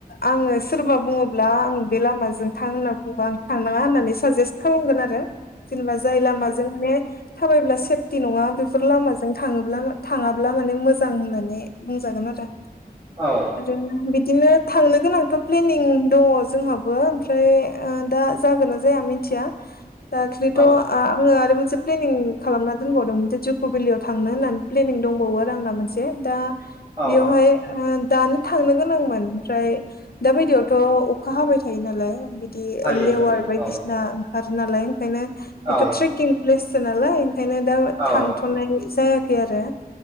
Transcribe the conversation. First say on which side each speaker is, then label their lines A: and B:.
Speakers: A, on the left (about 70°); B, on the right (about 35°).
A: आंङो सोरबा बुंङोब्ला आं बे लामाजों थां होनना बुंबा आं थांनांङा होननानै साजेस्ट खालामगोन आरो जेनेबा जाय लामाजों माने थाबायब्ला सेफ। सेफथि नंङा बेफोर लामाजों थांङोब्ला थांङाब्ला माने मोजां होननानै बुंजागोन आरो।
B: औ।
A: आरो बिदिनो थांनो गोनांथ' प्लेनिं दङ जोंहाबो ओमफ्राय दा। जागोन ना जाया मिथिया दाख्लैथ'।
B: औ
A: आंङो आरो मोनसे प्लेनिं खालामना दोनबावदों मोनसे जुक' भेलियाव थांनो होननानै प्लेनिं दंबावो आरो आंना मोनसे। दा
B: औ
A: बेयावहाय। दानो थांनो गोनांमोन ओमफ्राय दा बायदियावथ' अखा हाबाय थायो नालाय। बिदि
B: हायो
A: लेवार
B: हायो
A: बायदिसिना
B: औ
A: ओंखारो नालाय ओंखायनो
B: औ
A: बेथ' ट्रेकिं प्लेससो नालाय। ओंखायनो दा
B: औ
A: थांथ'नाय जायाखै आरो।